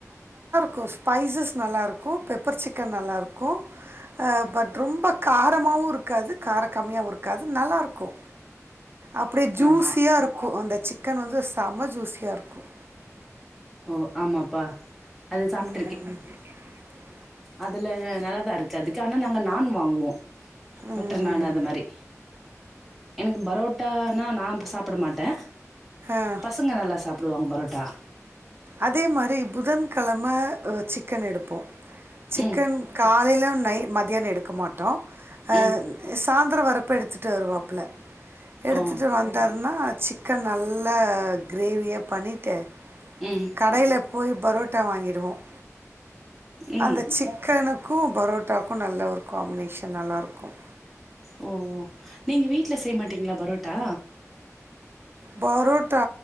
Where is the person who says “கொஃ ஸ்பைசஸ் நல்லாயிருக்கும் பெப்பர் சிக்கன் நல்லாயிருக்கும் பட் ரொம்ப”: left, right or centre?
Right